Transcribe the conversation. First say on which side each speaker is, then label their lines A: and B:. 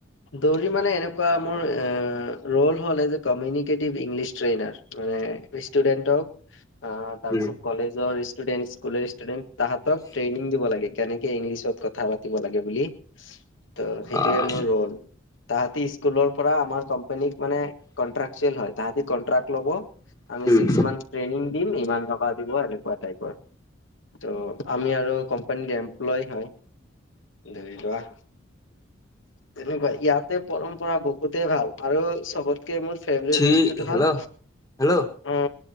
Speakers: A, on the left; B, on the left.
A: দৌৰি মানে এনেকুৱা মোৰ এ ৰল হ'ল যে কমিউিভ ইংলিছ ট্ৰেইনাৰ মানে ষ্টুডেণ্টক অ তাৰপিছত
B: উম
A: কলেজৰ ষ্টুডেট স্কুলৰ ষ্টুডেণ্ট তাহাতক ট্ৰেইনিং দিব লাগে কেনেকে ইংলিছত কথা কথা পাতিব লাগে বুলি ত সেইটোয়ে
B: আহ
A: তাহাতি স্কুলৰ পৰা আমাৰ কম্পেনীত মানে কন্ত্ৰেচিয়াল হয় তাহাতি কণ্ট্ৰেক্ট লব আমি
B: উম
A: ছিক্স মাওঁথ ট্ৰেইনিং দিম ইমান টকা দিব এনেকুৱা টাইপৰ ত আমি আৰু কম্পেনী লয় হয় ধৰি লোৱা তেনেকুৱা ইয়াতে পৰম্পৰা বহুতে ভাল আৰু চবতকে মোৰ ফেভৰেত
B: ঠিক
A: বস্তুটো
B: হেল্ল'
A: হ'ল
B: হেল্ল'
A: অ